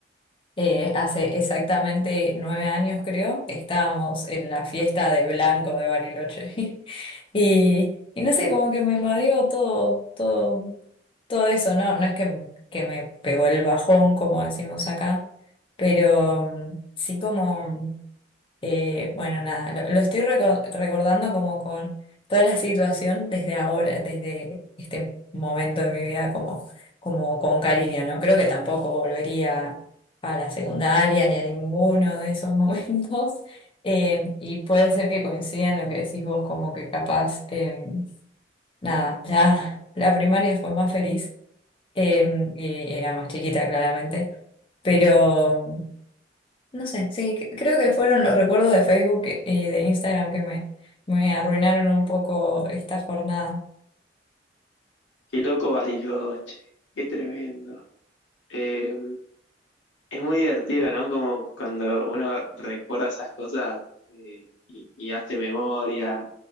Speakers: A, on the left; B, on the left.
A: eh, hace exactamente nueve años, creo, estábamos en la fiesta de Blanco de Bariloche. <laughs> Y, y no sé, como que me invadió todo, todo, todo eso, ¿no? No es que, que me pegó el bajón, como decimos acá, pero mm, sí como mm, eh, bueno, nada, lo, lo estoy reco- recordando como con toda la situación desde ahora, desde este momento de mi vida, como, como con cariño, ¿no? Creo que tampoco volvería a la secundaria ni a ninguno de esos <laughs> momentos. Eh, y puede ser que coincida en lo que decís vos, como que capaz, eh, nada, la, la primaria fue más feliz eh, y era más chiquita, claramente, pero. No sé, sí, cre- creo que fueron los recuerdos de Facebook y de Instagram que me, me arruinaron un poco esta jornada.
B: Qué loco Bariloche, qué tremendo. Eh, es muy divertido, ¿no? Como cuando uno recuerda esas cosas eh, y, y hace memoria,